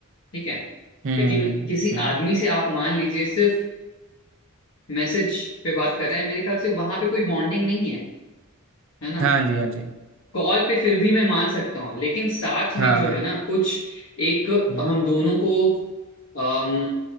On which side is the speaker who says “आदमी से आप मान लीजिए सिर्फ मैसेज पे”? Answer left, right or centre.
Left